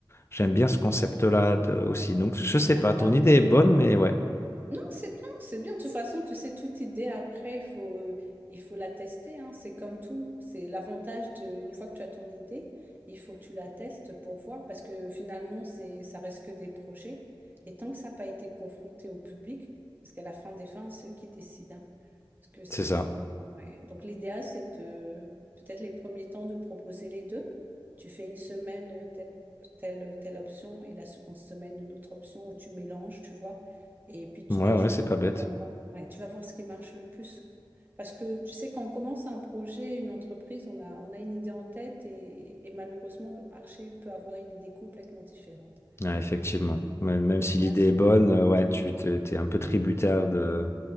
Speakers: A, on the left; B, on the right.
A: J'aime bien ce concept-là de- aussi. Donc, je
B: oui,
A: sais pas,
B: un
A: ton idée est bonne, mais ouais,
B: Non, c'est bien, c'est bien. De toute façon, tu sais, toute idée après, il faut, euh, il faut la tester, hein. C'est comme tout. C'est l'avantage de, une fois que tu as ton idée, il faut que tu la testes pour voir, parce que finalement, c'est, ça reste que des projets. Et tant que ça n'a pas été confronté au public, parce qu'à la fin des fins, c'est eux qui décident. hein. Parce que si
A: c'est ça.
B: tu... ouais. Donc l'idéal, c'est de peut-être les premiers temps de proposer les deux. Tu fais une semaine euh, telle, telle, euh, telle option et la seconde semaine une autre option où tu mélanges, tu vois. Et puis tu
A: Ouais,
B: naturellement,
A: ouais, c'est pas
B: tu
A: bête.
B: vas voir, ouais, tu vas voir ce qui marche le plus. Parce que tu sais, quand on commence un projet, une entreprise, on a, on a une idée en tête et, et malheureusement, le marché peut avoir une idée complètement différente.
A: Ouais, effectivement. Même même
B: L'idéal,
A: si l'idée
B: c'est-
A: est bonne, euh, ouais, tu t'es, t'es un peu tributaire de,